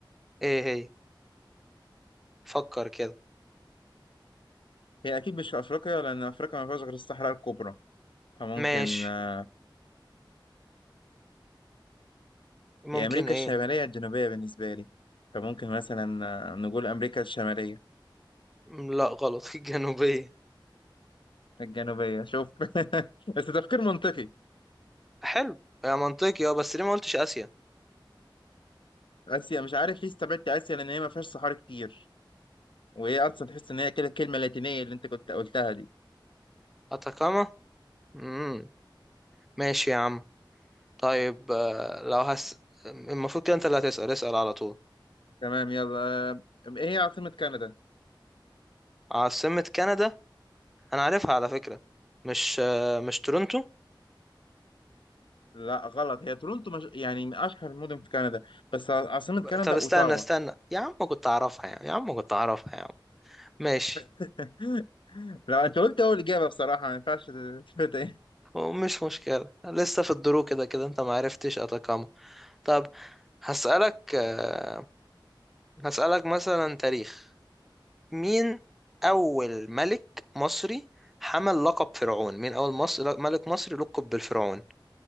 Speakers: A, in the centre; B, on the left (about 75°).
A: ايه هي فكر كده
B: هي اكيد مش في افريقيا لان افريقيا ما فيهاش غير الصحراء الكبرى فممكن
A: ماشي
B: آه،
A: ممكن
B: هي أمريكا
A: ايه
B: الشمالية الجنوبية بالنسبة لي فممكن مثلا آه، نقول أمريكا الشمالية
A: م، لا غلط <laughs> الجنوبية
B: الجنوبية شوف <laughs> بس تفكير منطقي
A: حلو يا منطقي اه بس ليه ما قلتش آسيا
B: آسيا مش عارف ليه استبعدت آسيا لأن هي ما فيهاش صحاري كتير وهي أصلا تحس إن هي كده الكلمة اللاتينية اللي أنت كنت قلتها دي
A: أتاكاما امم ماشي يا عم طيب آه، لو هس المفروض كده انت اللي هتسأل اسأل على طول
B: تمام يلا آه، إيه هي عاصمة كندا؟
A: عاصمة كندا انا عارفها على فكرة مش آه، مش تورنتو
B: لا غلط هي تورونتو مش... يعني من أشهر المدن في كندا بس عاصمة كندا
A: طب
B: أوتاوا
A: استنى استنى يا عم كنت اعرفها يعني يا عم كنت اعرفها يا عم ماشي
B: <laughs> لا
A: كنت
B: أنت قلت أول إجابة بصراحة ما ينفعش تفوت إيه
A: مش مشكلة لسه في الدرو كده كده انت ما عرفتش أتاكاما طب هسألك آه، هسألك مثلا تاريخ مين أول ملك مصري حمل لقب فرعون مين أول مصر ملك مصري لقب بالفرعون